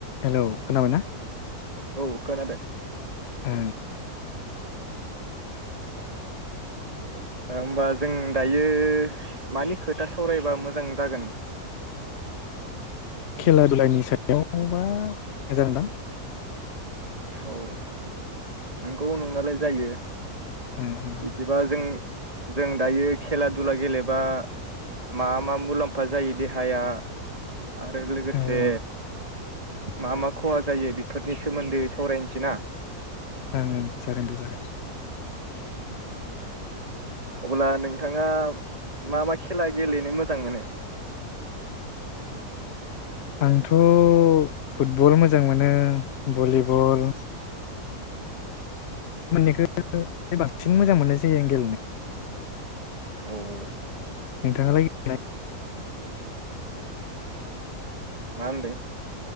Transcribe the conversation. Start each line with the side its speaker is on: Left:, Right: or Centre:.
Left: Hello खोनाबाना?
Right: औ खोनादो
Left: ओ
Right: ओमबा जों दायो मानि खोथा सावरायबा मोजां जागोन?
Left: खेला दुलानि सायावबा <inaudible>
Right: औ नोंगौ नंनालाय जायो
Left: ओ औ
Right: इदिबा जों जों दायो खेला दुला गेलेबा मा मा मुलाम्फा जायो देहाया? आरो लोगोसे
Left: औ ओं
Right: मा मा खहा जायो बेफोरनि सोमोन्दै सावरायनसै ना?
Left: ओं ओं जागोन दे जागोन ‌
Right: अब्ला नोंथाङा मा मा खेला गेलेनो मोजां मोनो?
Left: आंथ' फुटबल मोजां मोनो भलिबल मोननैखो बांसिन मोजां मोननाय जायो आं गेलेनो।
Right: औ।
Left: नोंथाङालाय <inaudible>
Right: मान्दो